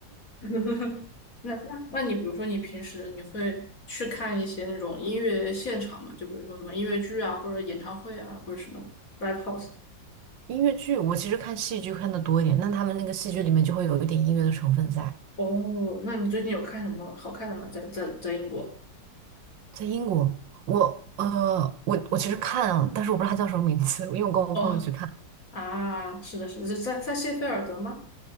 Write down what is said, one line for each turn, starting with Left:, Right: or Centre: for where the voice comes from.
Left: <laughs> 那那那你比如说你平时你会去看一些那种音乐现场嘛？就比如说什么音乐剧啊，或者演唱会啊，或者什么 live house。
Right: 音乐剧我其实看戏剧看的多一点，那他们那个戏剧里面就会有一点音乐的成分在。
Left: 哦，那你最近有看什么好看的吗？在在在英国？
Right: 在英国，我呃，我我其实看啊，但是我不知道它叫什么名字，因为我跟我朋友去看。
Left: 哦，啊，是的，是的，是在在谢菲尔德吗？